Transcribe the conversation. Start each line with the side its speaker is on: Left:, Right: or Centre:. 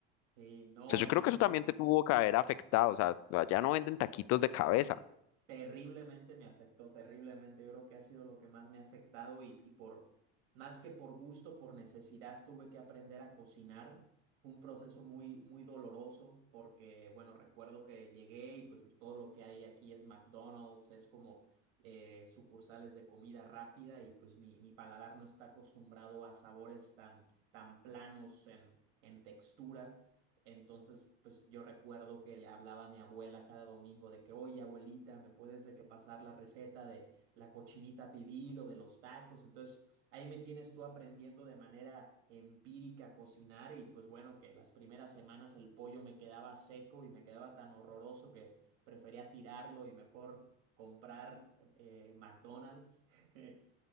Right: sí, no,
Left: O sea, yo
Right: en
Left: creo
Right: eso
Left: que eso
Right: es
Left: también te tuvo que haber afectado. O sea, ya no venden taquitos de cabeza.
Right: terriblemente me afectó, terriblemente. Yo creo que ha sido lo que más me ha afectado y, y por más que por gusto, por necesidad, tuve que aprender a cocinar. Fue un proceso muy, muy doloroso porque, bueno, recuerdo que llegué y pues todo lo que hay aquí es McDonald's, es como eh, sucursales de comida rápida y pues mi, mi paladar no está acostumbrado a sabores tan, tan planos en, en textura. Entonces, pues yo recuerdo que le hablaba a mi abuela cada domingo de que, oye, abuelita, ¿me puedes de que pasar la receta de la cochinita pibil o de los tacos? Entonces, ahí me tienes tú aprendiendo de manera empírica a cocinar y pues bueno, que las primeras semanas el pollo me quedaba seco y me quedaba tan horroroso que prefería tirarlo y mejor comprar eh, McDonald's. <laughs>